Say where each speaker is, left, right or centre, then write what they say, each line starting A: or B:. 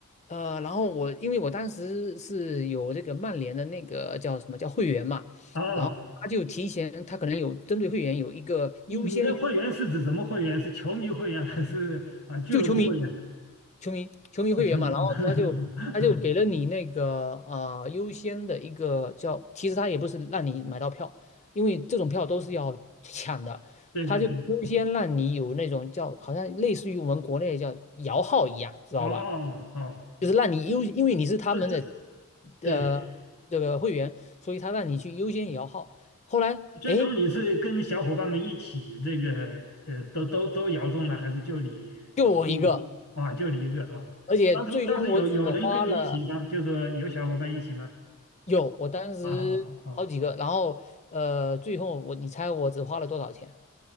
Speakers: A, on the left; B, on the left.
A: 呃，然后我因为我当时是有这个曼联的那个叫什么叫会员嘛，
B: 哦，
A: 然后他就提前，他可能有针对会员有一个优先选
B: 你你的会员是指什么会员？是球迷会员还是啊俱乐部会员？
A: 就球迷。球迷球迷会员嘛，
B: 啊，球迷。
A: 然后他就他就给了你那个呃优先的一个叫，
B: <laughs>
A: 其实他也不是让你买到票，因为这种票都是要抢的，
B: 对对对
A: 他就优先让你有那种叫好像类似于我们国内叫摇号一样，知道吧？
B: 哦哦，
A: 就是让你优，因为你是他们的
B: 这这对，
A: 呃这个会员，所以他让你去优先摇号。后来哎，
B: 最终你是跟小伙伴们一起这个呃，都都都摇中了，还是就你
A: 就我一个，
B: 幸运啊？就你一个啊？
A: 而且最终我只花了
B: 当时当时有有人跟你一起吗？就说有小伙伴一起吗？
A: 有，我当时好几个，
B: 啊啊啊
A: 然后呃，最后我你猜我只花了多少钱？